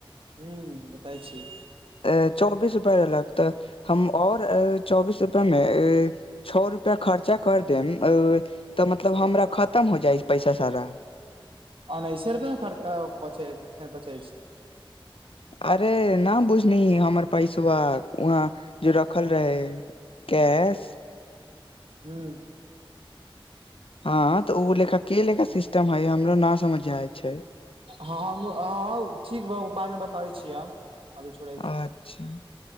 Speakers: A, on the right (about 70°); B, on the left (about 75°).
A: हू बताइ छी
B: अ चौबीस रुपआ लगत हम आऔर चौबीस रुपआ मे छओ रुपआ खर्चा कर देम तऽ मतलब हमरा खतम हो जाइ पैसा सारा
A: अनासे रुप खर्चा बच बचै छै
B: अरे न बुझनी हमर पैसा वहाँ जो रखल रहे कैश
A: हू।
B: हँ तऽ ओ लेखा के लेखा सिस्टम हय हमरो ना समझ जाय छै।
A: हँ ठीक बा बाद मे बताबै छीिय हम। अभी छोड़ै
B: अच्छा।
A: छी